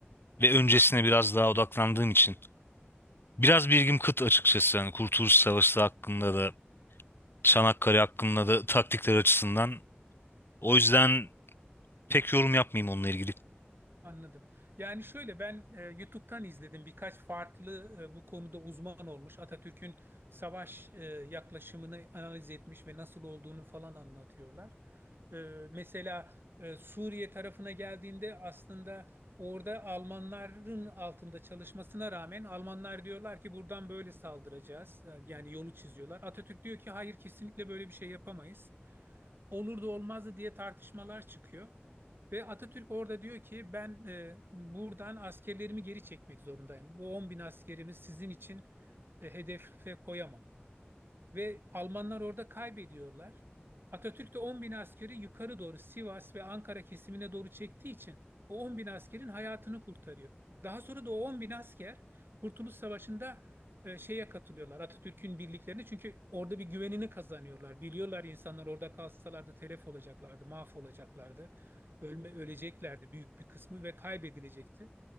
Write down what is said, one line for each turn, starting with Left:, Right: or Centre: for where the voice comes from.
Left: ve öncesine biraz daha odaklandığım için biraz bilgim kıt açıkçası. Yani Kurtuluş Savaşı hakkında da Çanakkale hakkında da taktikler açısından. O yüzden pek yorum yapmayayım onunla ilgili.
Right: Anladım. Yani şöyle ben e, YouTube'dan izledim birkaç farklı e, bu konuda uzman olmuş. Atatürk'ün savaş e, yaklaşımını analiz etmiş ve nasıl olduğunu falan anlatıyorlar. E, mesela e, Suriye tarafına geldiğinde aslında orada Almanların altında çalışmasına rağmen Almanlar diyorlar ki buradan böyle saldıracağız. E, Yani yolu çiziyorlar. Atatürk diyor ki hayır kesinlikle böyle bir şey yapamayız. Olur da olmazdı diye tartışmalar çıkıyor. Ve Atatürk orada diyor ki ben e, buradan askerlerimi geri çekmek zorundayım. Bu 10 bin askerimi sizin için e, hedefe koyamam ve Almanlar orada kaybediyorlar. Atatürk de 10 bin askeri yukarı doğru Sivas ve Ankara kesimine doğru çektiği için o 10 bin askerin hayatını kurtarıyor. Daha sonra da o 10 bin asker Kurtuluş Savaşı'nda e, şeye katılıyorlar Atatürk'ün birliklerine çünkü orada bir güvenini kazanıyorlar. Biliyorlar insanlar orada kalsalardı telef olacaklardı, mahvolacaklardı, ölme, öleceklerdi büyük bir kısmı ve kaybedilecekti.